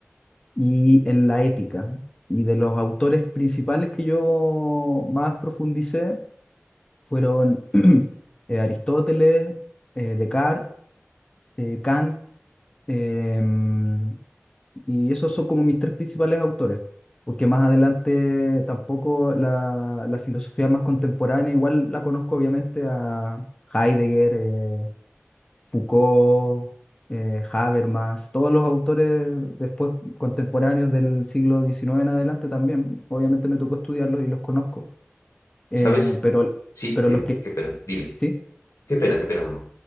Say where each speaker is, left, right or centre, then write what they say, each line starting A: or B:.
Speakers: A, on the left; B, on the left.
A: y en la ética. Y de los autores principales que yo más profundicé fueron <clears throat> eh, Aristóteles, eh, Descartes, eh, Kant, em, y esos son como mis tres principales autores, porque más adelante tampoco la, la filosofía más contemporánea, igual la conozco obviamente a Heidegger. eh, Foucault, eh, Habermas, todos los autores después contemporáneos del siglo XIX en adelante también, obviamente me tocó estudiarlos y los conozco, eh,
B: ¿Sabes?
A: pero,
B: Sí,
A: pero
B: ten-
A: los que,
B: qué pena. Dime.
A: sí,
B: Qué pena, qué pena. dime.